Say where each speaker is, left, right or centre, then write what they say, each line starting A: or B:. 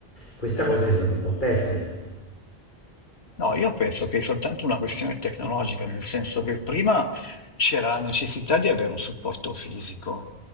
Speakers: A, on the left; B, on the left.
A: questa cosa si è andata un po' a perdere.
B: No, io penso che è soltanto una questione tecnologica, nel senso che prima c'era la necessità di avere un supporto fisico.